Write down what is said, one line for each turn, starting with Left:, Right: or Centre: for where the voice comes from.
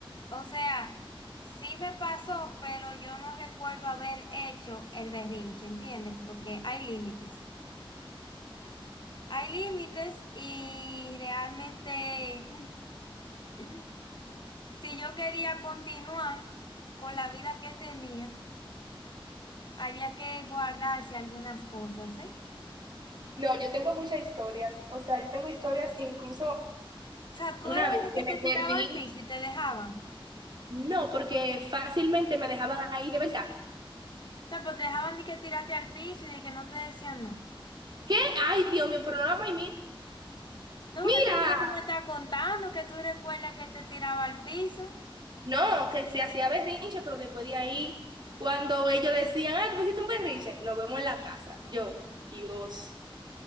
Left: O sea, sí me pasó, pero yo no recuerdo haber hecho el berrinche, ¿entiendes? Porque hay límites. Hay límites y realmente, <laughs> si yo quería continuar con la vida que tenía, había que guardarse algunas cosas, ¿eh?
Right: No, yo tengo muchas historias. O sea, yo tengo historias incluso
Left: O sea, tú
Right: Una
Left: eras
Right: vez
Left: el
Right: que
Left: que
Right: me
Left: te
Right: perdí,
Left: tiraba al piso y te dejaban.
Right: no, porque fácilmente me dejaban ahí de verdad.
Left: O sea, pero te dejaban de que tirarte al piso y de que no te decían nada.
Right: ¿Qué? Ay, Dios mío, pero no la mía.
Left: No,
Right: Mira,
Left: porque eso es lo que tú no me estás contando, que tú recuerdas que te tiraba al piso.
Right: no, que se hacía berrinche, pero después de ahí, cuando ellos decían, ah, tú hiciste un berrinche, nos vemos en la casa. Yo, Dios,